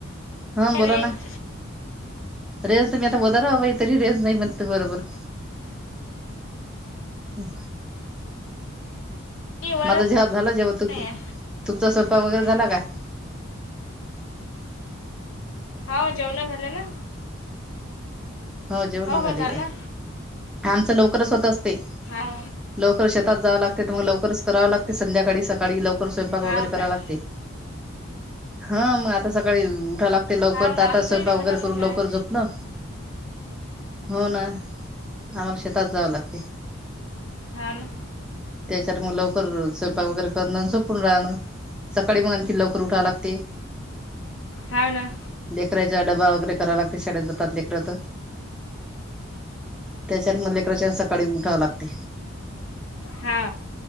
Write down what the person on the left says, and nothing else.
आहे
रेंज
<inaudible>
मी वरच
नाही आहे
हम्म.
हाव, जेवण झाले ना.
हो झालं ना
हा.
हाव
काय
हाव ना
आमचं
इथे घर
तसंच
आहे
हॅलो?
हा ना.
हा.